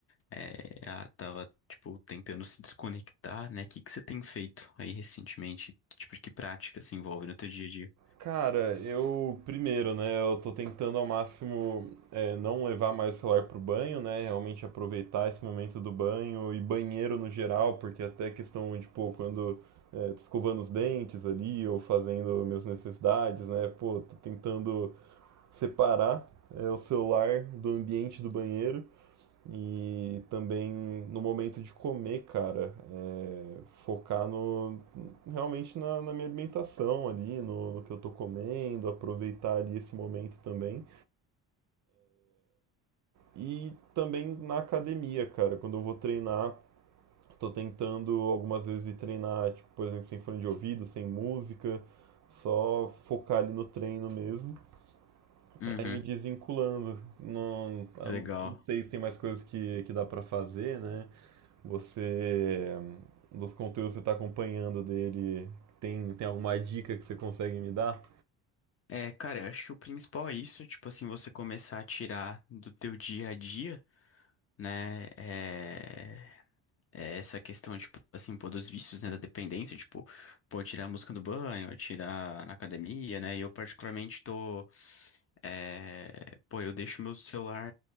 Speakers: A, on the left; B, on the right.
A: é, ah, tava, tipo, tentando se desconectar, né? O que que você tem feito aí recentemente? Que tipo de que prática se envolve no teu dia a dia?
B: Cara, eu primeiro, né, eu tô tentando ao máximo é, não levar mais o celular pro banho, né, realmente aproveitar esse momento do banho e banheiro no geral, porque até questão de, pô, quando é, tô escovando os dentes ali ou fazendo minhas necessidades, né, pô, tô tentando separar é, o celular do ambiente do banheiro. E também no momento de comer, cara, é, focar no realmente na, na minha alimentação ali, no, no que eu tô comendo, aproveitar ali esse momento também. E também na academia, cara, quando eu vou treinar, tô tentando algumas vezes ir treinar, tipo, por exemplo, sem fone de ouvido, sem música, só focar ali no treino mesmo,
A: Uhum,
B: pra ir me desvinculando. Não, eu
A: legal.
B: não sei se tem mais coisas que, que dá pra fazer, né? Você, dos conteúdos que você tá acompanhando dele, tem, tem alguma dica que você consegue me dar?
A: É, cara, eu acho que o principal é isso, tipo assim, você começar a tirar do teu dia a dia, né, é, é essa questão, tipo, assim, pô, dos vícios, né, da dependência, tipo, pô, tirar a música do banho, tirar na academia, né, e eu particularmente tô, é, pô, eu deixo meu celular,